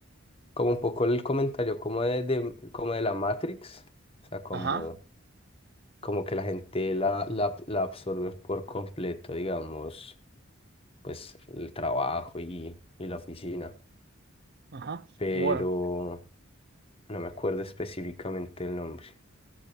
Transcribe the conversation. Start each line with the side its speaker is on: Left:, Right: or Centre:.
Left: como un poco el comentario como de, de- como de la Matrix, o sea, como,
Right: Ajá.
Left: como que la gente la, la, la absorbe por completo, digamos, pues el trabajo y, y la oficina,
Right: Ajá.
Left: pero
Right: Bueno,
Left: no me acuerdo específicamente el nombre.